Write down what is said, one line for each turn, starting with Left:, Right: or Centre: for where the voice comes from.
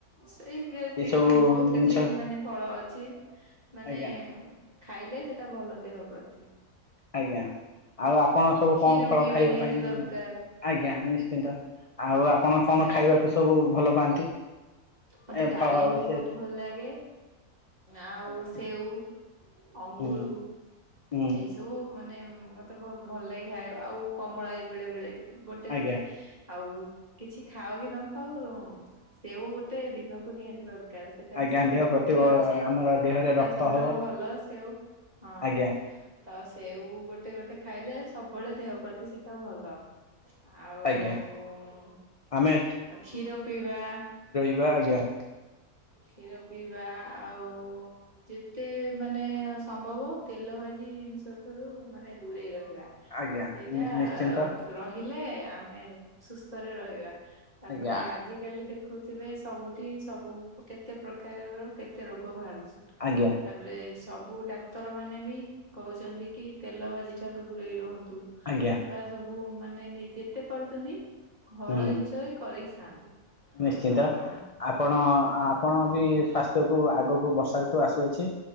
Right: ସେଇ ଭଳିଆ କି
Left: ଏସବୁ
Right: ବହୁତ
Left: ଜିନିଷ
Right: କିଛି ମାନେ ଫଳ ଅଛି ମାନେ।
Left: ଆଜ୍ଞା
Right: ଖାଇଲେ ସେଟା ଭଲ ଦେହ ପ୍ରତି।
Left: ଆଜ୍ଞା ଆଉ ଆପଣ ସବୁ
Right: କ୍ଷୀର
Left: କଣ ଫଳ
Right: ପିଇବା
Left: ଖାଇବା
Right: ନିହାତି
Left: ପାଇଁ
Right: ଦରକାର
Left: ଆଜ୍ଞା ନିଶ୍ଚିନ୍ତ ଆଉ ଆପଣ କଣ
Right: ଆଜ୍ଞା
Left: ଖାଇବାକୁ ସବୁ ଭଲ ପାଆନ୍ତି?
Right: ମତେ
Left: ଏ
Right: ଡାଳିମ୍ବ
Left: ଫଳ ବିଷୟରେ
Right: ବହୁତ ଭଲ ଲାଗେ ଆଉ
Left: ଆଜ୍ଞା।
Right: ସେଉ। ଅଙ୍ଗୁରୁ
Left: ହୁଁ ହୁଁ
Right: ଏଇ ସବୁ ମାନେ ମ ମତେ ବହୁତ ଭଲ ଲାଗେ ଖାଇଆକୁ ଆଉ କମଳା ବି ବେଳେ ବେଳେ ଗୋଟେ
Left: ଆଜ୍ଞା
Right: ଗୋଟେ ଆଉ କିଛି ଖାଅ କି ନ ଖାଅ ସେଉ ଗୋଟେ ଦିନକୁ ନିହାତି ଦରକାର। କାର ସେଟା
Left: ଆଜ୍ଞା
Right: ବି ସବୁଥିରେ
Left: ଦେହ ପ୍ରତି
Right: ଅଛି
Left: ଆମର ଦେହରେ
Right: ସେଟା
Left: ରକ୍ତ
Right: ସବୁଠାରୁ
Left: ହବ
Right: ଭଲ ସେଉ। ହଁ
Left: ଆଜ୍ଞା।
Right: ତ ସେଉ ଗୋଟେ ଗୋଟେ ଖାଇଲେ ସବୁବେଳେ ଦେହ ପ୍ରତି ସେଇଟା ଭଲ। ଆଉ
Left: ଆଜ୍ଞା ଆମେ
Right: କ୍ଷୀର ପିଇବା।
Left: ଏ ଆଜ୍ଞା।
Right: କ୍ଷୀର ପିଇବା ଆଉ ଯେତେ ମାନେ ସମ୍ଭବ ତେଲ ଭାଜି ଜିନିଷ ଠାରୁ ମାନେ ଦୂରେଇ ରହିବା।
Left: ଆଜ୍ଞା
Right: ସେଇଟା
Left: ନିଶ୍ଚିନ୍ତ।
Right: ରଖି ରହିଲେ ଆମେ ସୁସ୍ଥରେ ରହିବା। ତାପରେ
Left: ଆଜ୍ଞା
Right: ଆଜିକାଲି ଦେଖ ଦେଖୁଥିବେ ସବୁଠି ସବୁ କେତେ ପ୍ରକାରର କେତେ ରୋଗ ବାହାରୁଛି।
Left: ଆଜ୍ଞା
Right: ତାପରେ ସବୁ ଡାକ ଡାକ୍ତର ମାନେ ବି କହୁଛନ୍ତି କି ତେଲ ଭାଜି ଠାରୁ ଦୂରେଇ ରୁହନ୍ତୁ।
Left: ଆଜ୍ଞା।
Right: ବା ସବୁ ମାନେ ନି ଯେତେ ପାରୁୁଛନ୍ତି ଘର
Left: ହୁଁ।
Right: ଜିନିଷରେ କରିକି ଖାଆନ୍ତୁ।
Left: ନିଶ୍ଚିନ୍ତ,
Right: ଆଉ
Left: ଆପଣ ଆ ଆପଣ ବି ସ୍ଵାସ୍ଥ୍ୟକୁୁ ଆଗକୁ ବର୍ଷା ଋତୁ ଆସୁଅଛି